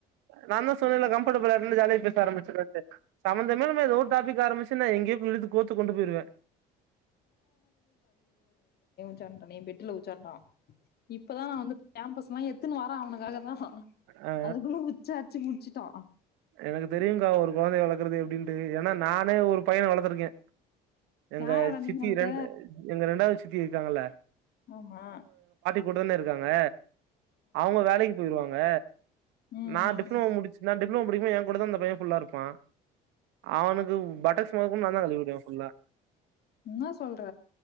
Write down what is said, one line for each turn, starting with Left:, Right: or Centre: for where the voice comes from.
Right: நாதா சொன்னேல்ல கம்ஃபர்டபில்லா இன்னு ஜாலியா பேச ஆரம்பிச்சிறது சம்மந்தமே இல்லாம எதோரு டாப்பிக் ஆரம்சி நா எங்யோ இழுத்துகோத்து கொண்டு போயிருவே.
Left: ச்சாண்டனே நீ பெட்டல உச்சாண்டா. இப்பதா நா வந்து பேம்பஸ்லா எத்துன்னுவரா அவனுக்காகதா
Right: ஆ
Left: அதுக்குள்ள உச்சாஅட்சி முச்சிட்டா
Right: எனக்கு தெரியுங்கா ஒரு கொழந்தய வளக்கறது எப்பிடின்ட்டு ஏன்னா நானே ஒரு பையன வளர்த்திருக்கே. எங்க
Left: யாரோட
Right: சித்தி
Left: நீங்கள்ட்ட
Right: ரெண்டு எங்க ரெண்டாவது சித் சித்தி இருக்காங்கல்ல.
Left: மாமா.
Right: கூடனு இருக்காங்க அவங்க வேலைக்கு போய் சொல்லுவாங்க
Left: ம்
Right: நா
Left: ம்
Right: டிப்ளமோ
Left: ம்
Right: முடுச்சு நா டிப் ன்னும் புடிக்கு எ கூட தா அந்த பைய ஃபுல்லா இருப்பா அவனுக்கு பட்டக்ஸ் மொத கொண்டு நாந்தா கழுவிவுடுவ ஃபுல்லா
Left: என்னா சொல்ற